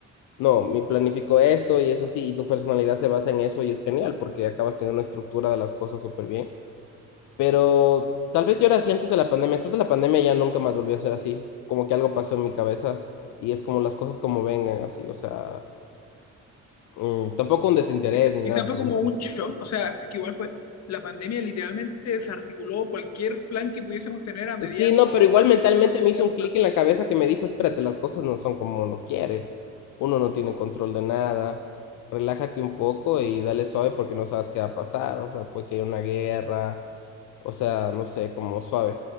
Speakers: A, on the left; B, on the left.
A: no, mi planificó esto y eso así, y tu personalidad se basa en eso y es genial porque acabas teniendo una estructura de las cosas súper bien. Pero tal vez yo era así antes de la pandemia, después de la pandemia ya nunca más volví a ser así, como que algo pasó en mi cabeza y es como las cosas como vengan así, o sea, mm, tampoco un desinterés
B: Quizá,
A: ni
B: quizá
A: nada
B: fue
A: por
B: como
A: el estilo.
B: un shock, o sea, que igual fue, la pandemia literalmente desarticuló cualquier plan que pudiésemos tener a mediano,
A: Eh, Sí, no, pero igual mentalmente
B: corto
A: me
B: y
A: hizo
B: largo
A: un clic
B: plazo.
A: en la cabeza que me dijo, espérate, las cosas no son como uno quiere, uno no tiene control de nada, relájate un poco y dale suave porque no sabes qué va a pasar, o sea, puede que haya una guerra O sea, no sé, como suave.